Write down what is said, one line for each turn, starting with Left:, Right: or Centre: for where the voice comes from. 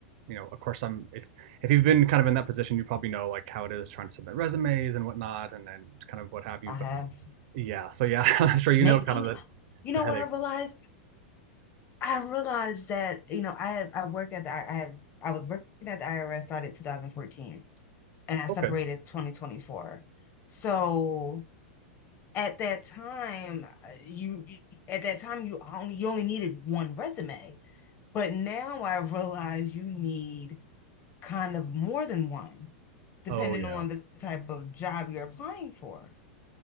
Right: you know, of course I'm if if you've been kind of in that position, you probably know like how it is trying to submit resumes and whatnot and, and kind of what have you.
Left: I have
Right: Yeah. So yeah, <laughs> I'm sure you
Left: make
Right: know kind
Left: you
Right: of
Left: know,
Right: the,
Left: you know
Right: the headache.
Left: what I realized? I realized that you know I had I worked at the I I have I was working at the IRS started 2014 and I
Right: Okay.
Left: separated 2024. So at that time uh, you you- at that time you only you only needed one resume but now I realize you need kind of more than one depending
Right: Oh yeah,
Left: on the type of job you're applying for